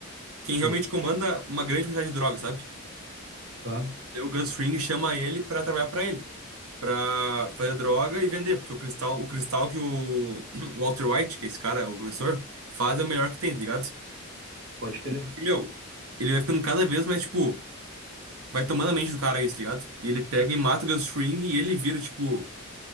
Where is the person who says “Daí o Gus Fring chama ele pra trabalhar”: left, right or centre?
Right